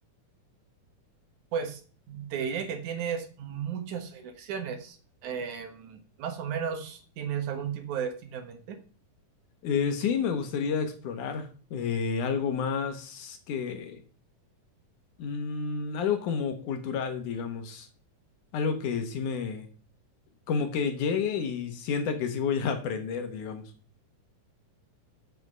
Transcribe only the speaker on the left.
Eh, sí, me gustaría explorar eh, algo más que... mm, algo como cultural, digamos. Algo que sí me, como que llegue y sienta que sí voy a <laughs> aprender, digamos.